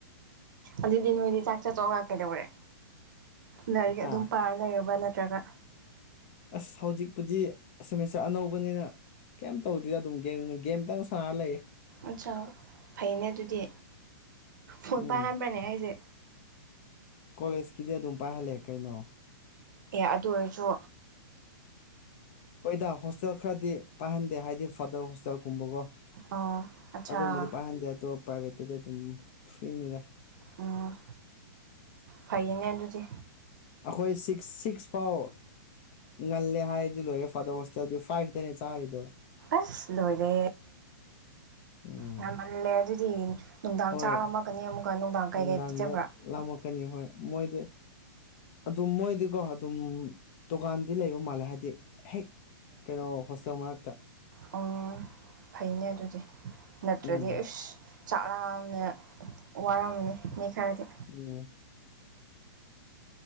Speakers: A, on the right; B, on the left.
A: ꯑꯗꯨꯗꯤ ꯅꯣꯏꯗꯤ ꯆꯥꯛ ꯆꯥꯊꯣꯛꯑꯒ ꯀꯩꯗꯧꯔꯦ ꯂꯥꯏꯔꯤꯛ
B: ꯍꯥ
A: ꯑꯗꯨꯝ ꯄꯥꯔ ꯂꯩꯔꯕ꯭ꯔꯥ ꯅꯠꯇ꯭ꯔꯒ
B: ꯑꯁ ꯍꯧꯖꯤꯛꯄꯨꯗꯤ ꯁꯦꯃꯤꯁꯇꯔ ꯑꯅꯧꯕꯅꯤꯅ ꯀꯩꯝ ꯇꯧꯗ꯭ꯔꯤꯗ ꯑꯗꯨꯝ ꯒꯦꯝ ꯒꯦꯝꯇꯪ ꯁꯥꯟꯅꯔ ꯂꯩꯌꯦ
A: ꯑꯠꯆꯥꯥ ꯐꯩꯅꯦ ꯑꯗꯨꯗꯤ ꯐꯣꯟ
B: ꯎꯝ
A: ꯄꯥꯏꯍꯟꯕ꯭ꯔꯅꯦ ꯍꯥꯏꯖꯦ
B: ꯀꯣꯂꯦꯖꯀꯤꯗꯤ ꯑꯗꯨꯝ ꯄꯥꯏꯍꯜꯂꯦ ꯀꯩꯅꯣ
A: ꯑꯦ ꯑꯗꯨ ꯑꯣꯏꯔꯁꯨ
B: ꯍꯣꯏꯗ ꯍꯣꯁꯇꯦꯜ ꯈꯔꯗꯤ ꯄꯥꯏꯍꯟꯗꯦ ꯍꯥꯏꯗꯤ ꯐꯥꯗꯔ ꯍꯣꯁꯇꯦꯜ ꯀꯨꯝꯕꯀꯣ
A: ꯑꯣ ꯑꯠꯆꯥ
B: ꯑꯗꯨꯝꯕꯗꯤ ꯄꯥꯏꯍꯟꯗꯦ ꯑꯗꯣ ꯄ꯭ꯔꯥꯏꯕꯦꯠꯇꯗꯤ ꯑꯗꯨꯝ ꯐ꯭ꯔꯤꯅꯤꯗ
A: ꯎꯝ ꯐꯩꯅꯦ ꯑꯗꯨꯗꯤ
B: ꯑꯩꯈꯣꯏ ꯁꯤꯛꯁ ꯁꯤꯛꯁ ꯐꯥꯎ ꯉꯜꯂꯦ ꯍꯥꯏꯗꯤ ꯂꯣꯏꯔꯦ ꯐꯥꯗꯔ ꯍꯣꯁꯇꯦꯜꯗꯤ ꯐꯥꯏꯚꯇꯅꯦ ꯆꯥꯔꯤꯗꯣ꯫
A: ꯑꯁ ꯂꯣꯏꯔꯦ
B: ꯎꯝ
A: ꯉꯝꯃꯜꯂꯦ ꯑꯗꯨꯗꯤ꯫ ꯅꯨꯡꯗꯥꯡ
B: ꯍꯣꯏ
A: ꯆꯥꯛ ꯂꯥꯝꯃꯛꯀꯅꯤ ꯑꯃꯨꯛꯀ ꯅꯨꯡꯗꯥꯡ ꯀꯩꯀꯩ
B: ꯅꯨꯡꯗꯥꯡꯗ
A: ꯄꯤꯖꯕ꯭ꯔꯥ?
B: ꯂꯥꯝꯃꯛꯀꯅꯤ ꯍꯣꯏ ꯃꯣꯏꯗꯤ ꯑꯗꯨꯝ ꯃꯣꯏꯗꯤꯀꯣ ꯑꯗꯨꯝ ꯗꯨꯀꯥꯟꯗꯤ ꯂꯩꯕ ꯃꯥꯜꯂꯦ ꯍꯥꯏꯗꯤ ꯍꯦꯛ ꯀꯩꯅꯣ ꯍꯣꯁꯇꯦꯜ ꯃꯔꯥꯛꯇ꯫
A: ꯑꯣ ꯐꯩꯅꯦ ꯑꯗꯨꯗꯤ ꯅꯠꯇ꯭ꯔꯗꯤ
B: ꯎꯝ
A: ꯏꯁ ꯆꯥꯛꯂꯥꯝꯅ ꯋꯥꯔꯝꯃꯅꯤ ꯃꯤ ꯈꯔꯗꯤ꯫
B: ꯎꯝ